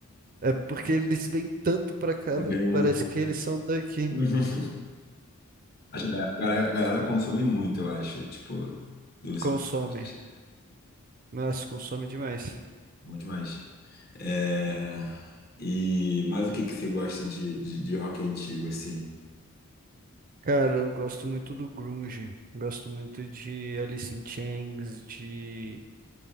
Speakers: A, on the right (about 40°); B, on the left (about 45°).
A: É porque eles vêm tanto pra cá,
B: Eu
A: véi,
B: ganhei
A: que
B: muito.
A: parece que eles são daqui.
B: <laughs> Acho que a galera, a galera consome muito, eu acho. Tipo, do Centro-Oeste.
A: Consome. Nossa, consome demais.
B: Bom demais. É, E... Mas o que que você gosta de, de, de rock antigo, assim?
A: Cara, eu gosto muito do grunge, gosto muito de Alice in Chains, de